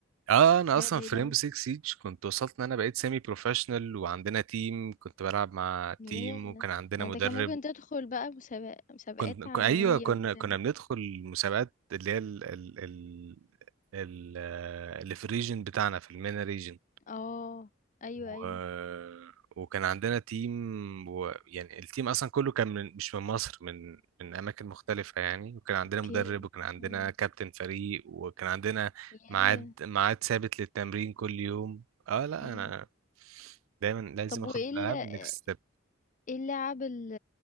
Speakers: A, on the right; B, on the left.
A: اه انا
B: دي حاجة
A: اصلا
B: بعيدة
A: في ريمبو
B: أوي.
A: 6 سيج كنت وصلت ان انا بقيت سيمي بروفيشنال وعندنا تيم كنت بلعب مع
B: ياه
A: تيم وكان عندنا
B: يعني
A: مدرب
B: انت كان ممكن تدخل بقى مسابق... مسابقات
A: كنت
B: عالمية
A: ك- ايوه كنا
B: وبتاع
A: كنا بندخل المسابقات اللي هي ال... ال... ال... ال... آه، اللي في الريجن بتاعنا في المينا ريجن
B: اه ايوه
A: و...
B: ايوه
A: وكان عندنا تيم و... يعني التيم اصلا كله كان من... مش من مصر من من اماكن مختلفه يعني وكان عندنا
B: اوكي
A: مدرب وكان عندنا
B: امم
A: كابتن فريق وكان عندنا
B: ياه
A: ميعاد ميعاد ثابت للتمرين كل يوم اه لا
B: امم
A: انا دايما لازم
B: طب
A: اخد
B: وايه
A: الالعاب نكست ستيب
B: إيه اللعب ال